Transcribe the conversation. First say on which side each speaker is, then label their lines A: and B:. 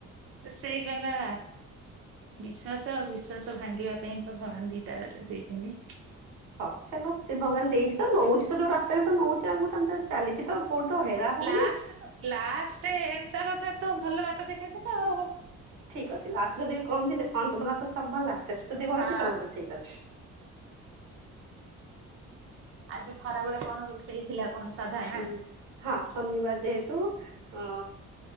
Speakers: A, on the right; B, on the right.
A: ସେ ସେଇପାଇଁ ବା ବିଶ୍ଵାସ ଆଉ ବିଶ୍ୱାସ ଭାଙ୍ଗିବା ପାଇଁ ତ ଭଗବାନ ଦିଟା ଦେଇଛନ୍ତି।
B: ହଁ ଚାଲୁ ସେ ଭଗବାନ ଦେଇଛି ତ ନୋଉଚି ଯୋଉ ରାସ୍ତାରେ ତ ନଉଛି ଆମକୁ ତ ଆମେ ଚାଲିଛି ତ କୋଉଠି ତ ହେଳା ହଉନି।
A: ଲାଷ୍ଟ ଲାଷ୍ଟ ଏନ୍ତା କଥା ତ ଭଲ ବାଟ ଦେଖେଇ ଦେଲେ ଆଉ।
B: ଠିକ୍ ଅଛି ଲାଷ୍ଟ ଯଦି କହନ୍ତିନି ଅନ୍ତ ଭଲା ତ ସୁ ଭଲା ଶେଷ ଯଦି ଭଲ
A: ହଁ
B: ଅଛି ସବୁ ଭଲ ଠିକ ଅଛି।
A: ଆଜି ଖରାବେଳେ କଣ ରୋଷେଇ ହେଇଥିଲା କଣ ସାଧା
B: ହୁଁ।
A: ନା।
B: ହଁ ଶନିବାର ଯେହେତୁ ଅ